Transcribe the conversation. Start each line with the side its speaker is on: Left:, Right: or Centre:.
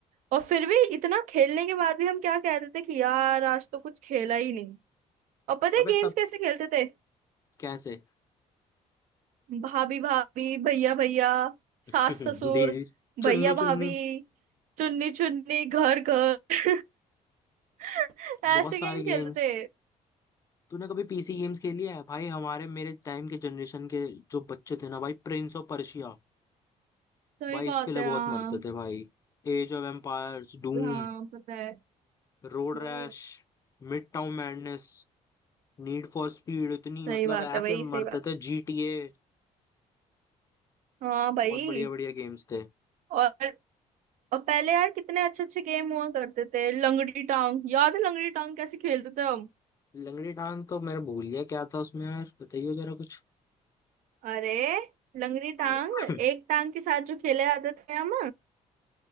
Right: और फिर भी इतना खेलने के बाद भी हम क्या कहते थे कि यार आज तो कुछ खेला ही नहीं और पता
Left: अबे
Right: है
Left: सब
Right: गेम्स कैसे खेलते थे
Left: कैसे
Right: भाभी भाभी भैया भैया सास
Left: <laughs>
Right: ससुर
Left: दीदी चुन्नी
Right: भैया भाभी
Left: चुन्नी
Right: चुन्नी चुन्नी घर घर <laughs> ऐसे
Left: बहुत सारे
Right: गेम
Left: गेम्स
Right: खेलते थे
Left: तूने कभी पीसी गेम्स खेली है भाई हमारे मेरे टाइम के जनरेशन के जो बच्चे थे ना भाई प्रिंस ऑफ पर्शिया
Right: सही
Left: भाई
Right: बात
Left: इसके लिए
Right: है
Left: बहुत
Right: हाँ
Left: मरते थे भाई Age of Empires Doom
Right: हाँ पता है
Left: Road
Right: हम्म
Left: Rash Midtown Madness Need for Speed इतनी
Right: सही
Left: मतलब
Right: बात
Left: ऐसे
Right: है भाई सही
Left: मरते
Right: बात
Left: थे जीटीए
Right: हाँ भाई
Left: बहुत बढ़िया बढ़िया गेम्स थे
Right: और और पहले यार कितने अच्छे अच्छे गेम हुआ करते थे लंगड़ी टांग याद है लंगड़ी टांग कैसे खेलते थे हम
Left: लंगड़ी टांग तो मैंने भूल गया क्या था उसमें यार बताइए जरा कुछ
Right: अरे लंगड़ी
Left: <laughs>
Right: टांग एक टांग के साथ जो खेले जाते थे हम